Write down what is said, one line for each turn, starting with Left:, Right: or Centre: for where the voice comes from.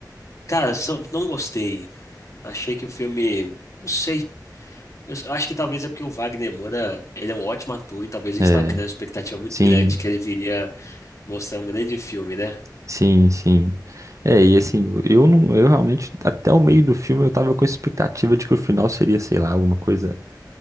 Left: Cara, só- não gostei. Achei que o filme. Não sei. Eu s- acho que talvez é porque o Wagner Moura, ele é um ótimo ator e talvez a gente
Right: É,
Left: estava criando uma expectativa muito
Right: sim,
Left: grande que ele viria mostrar um grande filme, né?
Right: sim, sim. É, e assim, eu não, eu realmente, até o meio do filme eu tava com a expectativa de que o final seria, sei lá, alguma coisa,